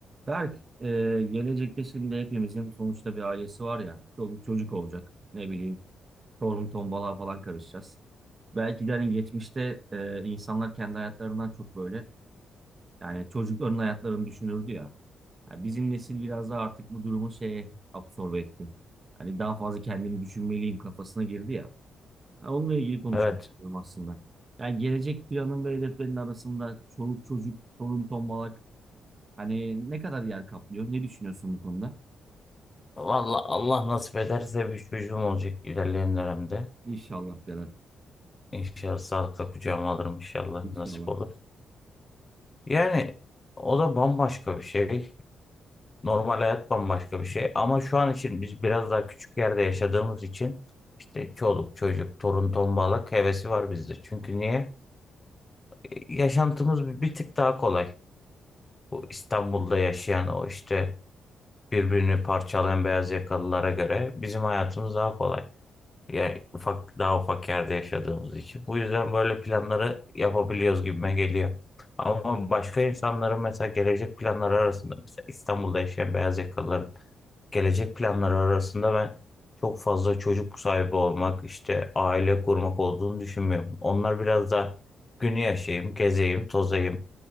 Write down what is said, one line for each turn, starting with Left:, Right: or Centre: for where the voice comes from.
Right: Berk, e, gelecekte şimdi hepimizin sonuçta bir ailesi var ya, çoluk çocuk olacak. Ne bileyim, torun tombalığa falan karışacağız. Belki de hani geçmişte e, insanlar kendi hayatlarından çok böyle, yani çocukların hayatlarını düşünürdü ya. Ya bizim nesil biraz daha artık bu durumu şeye absorbe etti. Hani daha fazla kendimi düşünmeliyim kafasına girdi ya. Ha, onunla ilgili konuşmak
Left: Evet.
Right: istiyorum aslında. Yani gelecek planın ve hedeflerin arasında çoluk çocuk, torun tombalak hani ne kadar yer kaplıyor? Ne düşünüyorsun bu konuda?
Left: Vallahi Allah nasip ederse bir çocuğum olacak ilerleyen dönemde.
Right: İnşallah beyler.
Left: İnşallah sağlıkla kucağıma alırım inşallah
Right: İnşallah.
Left: nasip olur. Yani o da bambaşka bir şey. Normal hayat bambaşka bir şey. Ama şu an için biz biraz daha küçük yerde yaşadığımız için işte çoluk çocuk torun tombalak hevesi var bizde. Çünkü niye? E, Yaşantımız bir bir tık daha kolay. Bu İstanbul'da yaşayan o işte birbirini parçalayan beyaz yakalılara göre bizim hayatımız daha kolay. Yani ufak daha ufak yerde yaşadığımız için. Bu yüzden böyle planları yapabiliyoruz gibime geliyor. Ama başka insanların mesela gelecek planları arasında mesela İstanbul'da yaşayan beyaz yakalıların gelecek planları arasında ben çok fazla çocuk sahibi olmak, işte aile kurmak olduğunu düşünmüyorum. Onlar biraz da günü yaşayayım, gezeyim, tozayım.